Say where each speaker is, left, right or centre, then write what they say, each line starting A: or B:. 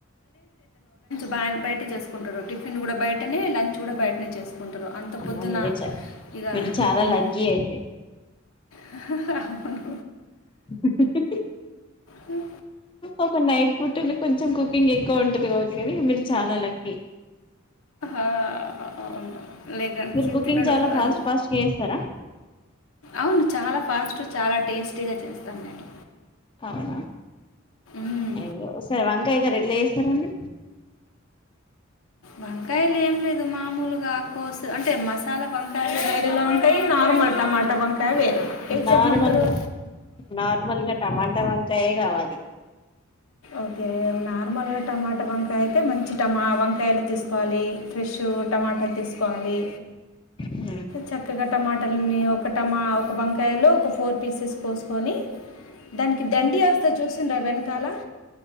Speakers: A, on the left (about 80°); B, on the left (about 25°).
A: మా ఆయన బయటే చేసుకుంటారు టిఫిన్ గూడా బయటనే లంచ్ గూడా బయటనే చేసు కుంటారు అంత
B: అమ్మో
A: పొద్దున
B: మీరే చాలు
A: ఇగ
B: మీరు చాలా
A: ఉమ్
B: లక్కీ అయితే
A: హా హా హా అవును
B: హే హే హే
A: హూ
B: ఒక నైట్ పూట్టనే కొంచెం కుకింగ్ ఎక్కువ ఉంటదిగావచ్చు గానీ మీరు చానా లక్కి
A: ఆ అవును లేగన్సి
B: మీరు కుకింగ్
A: త్తినడు
B: చాలా
A: అం
B: ఫాస్ట్ ఫాస్ట్ గా చేస్తారా
A: అవును చాలా ఫాస్ట్ చాలా టేస్టీగా చేస్తాను నేను
B: అవునా
A: మ్మ్.
B: అయ్యో వంకాయ కర్రీ ఎట్లా జేస్ స్తరండి
A: వంకాయలు ఏం లేదు మామూలుగా కోసు అంటే మసాలా వంకాయలు వేరేలా ఉంటాయి నార్మల్ <unintelligible> మాట బమ్ <unintelligible> ఏ
B: నార్మల్గా
A: చెప్మంటారు
B: నార్మల్గా టమాటా వంకాయే కావాలి
A: ఒకే నార్మల్గా టమాట వంకాయ అయితే మంచి టమా వంకాయలు తీసుకోవాలి ఫ్రెష్ టమాటాలు తీసుకోవాలి
B: ఉమ్
A: చక్కగా టమాట వాని ఒక టమా ఒక వంకాయలో ఒక ఫోర్ పీసెస్ కోసుకొని దానికి దండి వస్త చూసిండ్ర వెనకాల